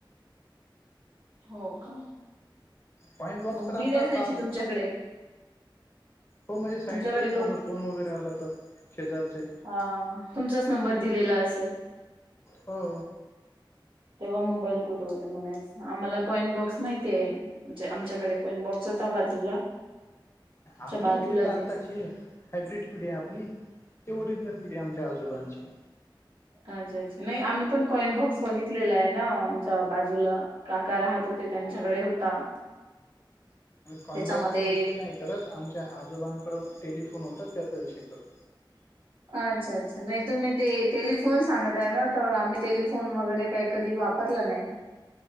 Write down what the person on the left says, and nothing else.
कॉइन बॉक्स
तर
आता
आता आला.
हो म्हणजे साईडचे
कुणाचा
फोन वगैरे आला तर शेजारचे.
हो.
आपली
पिढी तर आत्ताची
हायब्रीड पिढी आहे आपली ते ओरिजनल पिढी आमच्या आजोबांची.
कॉइईट
बॉक्सचा विषय नाही करत आमच्या आजोबां कडं टेलिफोन होता त्याचा विषय करतो.